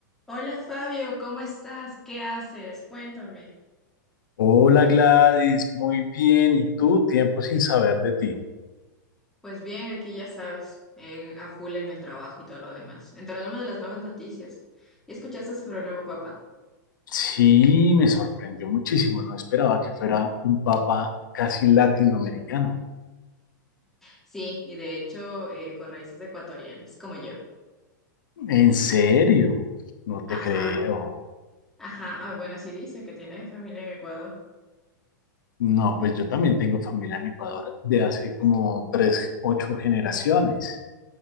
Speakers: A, in the centre; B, on the left.
A: Hola Fabio, ¿cómo estás? ¿Qué haces? Cuéntame.
B: Hola Gladys, muy bien. ¿Y tú? Tiempo sin saber de ti.
A: Pues bien, aquí ya sabes, en- a full en el trabajo y todo lo demás, enterándome de las nuevas noticias. ¿Y escuchaste sobre el nuevo Papa?
B: Sí, me sorprendió muchísimo. No esperaba que fuera un papa casi latinoamericano.
A: Sí, y de hecho eh, con raíces ecuatorianas, como yo.
B: ¿En serio? No te
A: Ajá,
B: creo.
A: ajá. Ah, bueno, así dice que tiene familia en Ecuador.
B: No, pues yo también tengo familia en Ecuador de hace como tres, ocho generaciones.